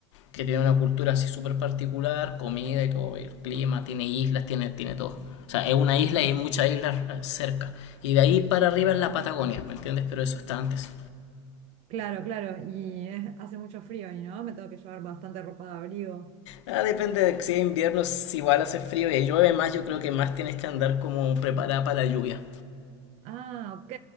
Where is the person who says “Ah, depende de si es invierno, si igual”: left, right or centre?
Left